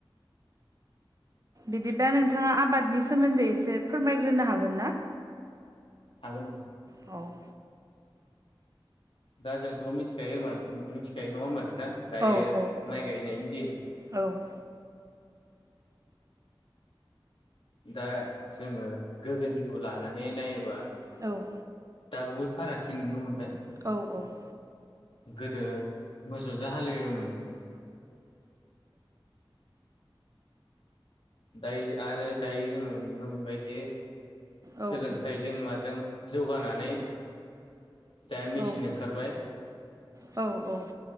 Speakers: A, on the right; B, on the left.
A: बिदिबा नोंथाङा आबादनि सोमोन्दै एसे फोरमायग्रोनो हागोन ना?
B: हागोन।
A: औ!
B: दा जोंथ' मिथिखायो मिथिखायो नङा होनोमबा नोंथां? दायो
A: औ
B: माइ गायनायनि दिन
A: औ!
B: दा जोङो गोदोनिखौ लानानै नायोबा
A: औ!
B: दा बुहुत फारागथि नुनो मोनबाय।
A: औ औ!
B: गोदो मोसौजों हालेयोमोन। दायो आरो दायो जोङो नुनो मोनबायदि
A: औ
B: सोलों फिथाइजों माजों जौगानानै दा मेसिन
A: औ औ
B: ओंखारबाय।
A: औ औ!